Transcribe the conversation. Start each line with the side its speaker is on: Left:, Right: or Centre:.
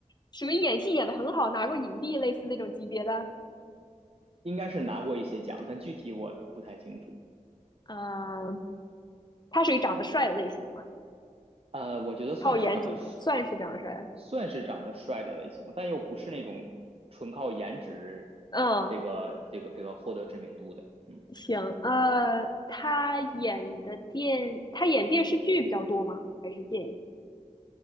Left: 属于演戏演的很好，拿过影帝类似那种级别的。
Right: 应该是拿过一些奖，但具体我不太清楚。
Left: 嗯，他属于长得帅的类型嘛，
Right: 呃，我觉得算是长得
Left: 靠颜值嘛，算是长得帅的
Right: 算是长得帅的类型，但又不是那种纯靠颜值
Left: 嗯，
Right: 这个这个这个获得知名度的。嗯，
Left: 行，呃，他演的电，他演电视剧比较多吗？还是电影？